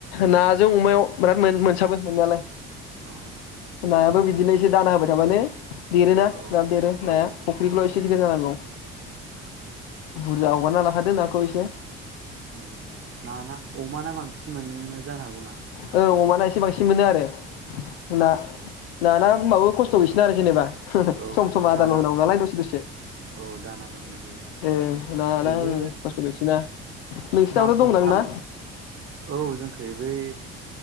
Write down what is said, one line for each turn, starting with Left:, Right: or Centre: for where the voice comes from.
Left: नाजों अमायाव बिराद मोनो मोनसाबो मोननायालाय
Right: अ।
Left: नायाबो बिदिनो एसे दाना होबाय थाबानो देरो ना
Right: औ
Left: दा देरो
Right: औ ओ
Left: नाया फख्रिखौल' एसे गिदिर जानांगौ। बुरजा हगारना ला लादो नाखौ एसे
Right: उम ना ना अमा ना? बांसिन मोनो जानो हागौ ना?
Left: औ अमाना एसे बांसिन मोनो आरो। ना नाना होमबाबो खस्थ' गैसिगोना आरो जेनेबा। <unintelligible>
Right: औ
Left: सम सम आदारल'
Right: दाना
Left: होनांगौ नालाय दसे दसे।
Right: औ दानाल' होनाय जायो
Left: ओ नाना
Right: बेबो
Left: ओं खस्थ' गैसिना। नोंसिनावथ'
Right: मास
Left: दंदां
Right: मोनथाम
Left: ना?
Right: औ जोंखै बै